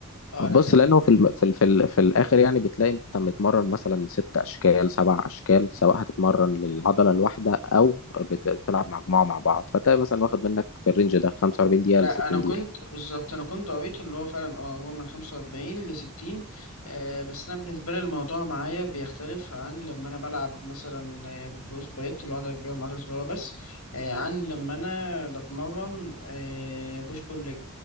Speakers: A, on the left; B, on the left.
A: اه
B: بص
A: الأمامي
B: لانه في الم... في ال... في, ال... في الاخر يعني بتلاقي انت متمرن مثلا ست اشكال سبع اشكال سواء هتتمرن للعضله الواحده او بت... بتلعب مجموعه مع بعض فتلاقي مثلا واخد منك في الرينج ده 45 دقيقه
A: لا
B: ل 60
A: انا كنت
B: دقيقه
A: بالظبط انا كنت قريت ان هو فعلا اه هو من 45 ل 60 آه بس انا بالنسبه لي الموضوع معايا بيختلف عن لما انا بلعب مثلا آه، بروس بليت اللي هو عضله كبيره وعضله صغيره بس آه عن لما انا بتمرن آه بوش بول ليج